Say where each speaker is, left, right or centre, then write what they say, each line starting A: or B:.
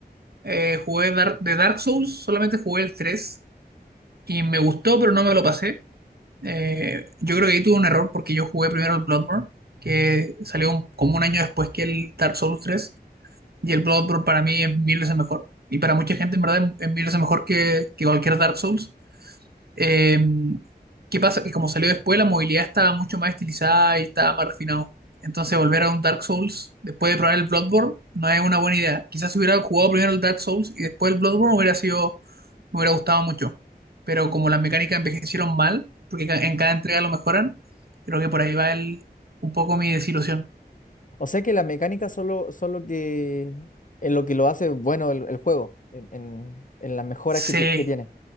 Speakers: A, on the right; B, on the left.
A: Eh, jugué Dar- de Dark Souls, solamente jugué el tres Y me gustó, pero no me lo pasé. Eh, yo creo que ahí tuve un error porque yo jugué primero el Bloodborne, que salió un- como un año después que el Dark Souls tres Y el Bloodborne para mí es mil veces mejor. Y para mucha gente, en verdad, es mil veces mejor que, que cualquier Dark Souls. Eh, ¿qué pasa? Que como salió después, la movilidad estaba mucho más estilizada y estaba más refinado. Entonces, volver a un Dark Souls después de probar el Bloodborne no es una buena idea. Quizás si hubiera jugado primero el Dark Souls y después el Bloodborne hubiera sido, me hubiera gustado mucho. Pero como las mecánicas envejecieron mal, porque ca- en cada entrega lo mejoran, creo que por ahí va el, un poco mi desilusión.
B: O sea que las mecánicas solo, solo que es lo que lo hace bueno el, el juego, en, en- en las mejoras
A: Sí,
B: que, ti- que tiene.